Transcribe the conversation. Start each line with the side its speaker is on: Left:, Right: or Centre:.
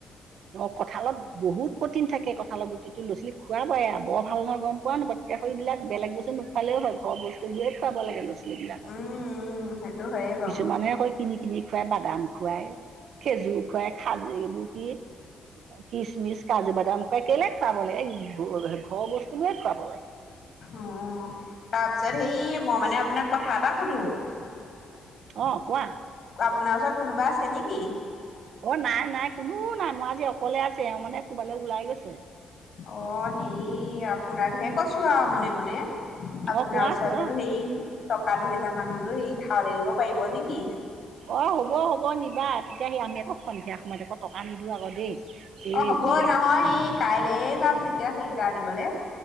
Right: অঁ কঁঠালত বহুত প্ৰটিন থাকে, কঁঠালত গুটিটো ল' ছোৱালী খোৱাই, বৰ ভাল নহয় গম পোৱা নোপোৱা। এতিয়া সেইবিলাক বেলেগ বস্তুটো নোখোৱালেই হয়, ঘৰ বস্তুবোৰে খুৱাব লাগে ল ৰা ছোৱালি বিলাকক,
Left: উম উম সেইটো হয়ে বাৰু
Right: কিছুমানহে কৈ কিনি কিনি খোৱাই বাদাম খোৱাই, খেজুৰ খোৱাই, খাজ এইবোৰ কি খিছমিচ কাজু বাদাম তই কেলেই খুৱাব লাগে, ঘৰ বস্তু বোৰে খুৱাব লাগে।
Left: অঁ, তাৰপিছত সেই
Right: অ
Left: মই মানে আপোনাক কথা এটা সুধো। <unintelligible>
Right: অঁ, কোৱা?
Left: আপোনাৰ ওচৰত কোনোবা আছে নেকি?
Right: অঁ নাই নাই কোনো নাই মই আজি অকলে আছে এওঁ মানে ক'বালৈ ওলাই গৈছে।
Left: অঁ হেৰি আপোনাক হে ক‌ইছো আও মনে মনে। আপোনাৰ
Right: অ কোৱা
Left: ওচৰত
Right: কোৱা
Left: বোলো সেই টকা দুহেজাৰ মান বোলো সেই ধাৱলে দিব পাৰিব নেকি?
Right: অঁ, হ'ব হ'ব নিবা তেতিয়া সি আমি আকৌ সন্ধিয়া সময়ত আকৌ টকা নিদি আকৌ দেই। এই
Left: অঁ হ'ব, অ নহয় সেই কাইলে যাম তেতিয়া সেইকেইটা আনিবলে।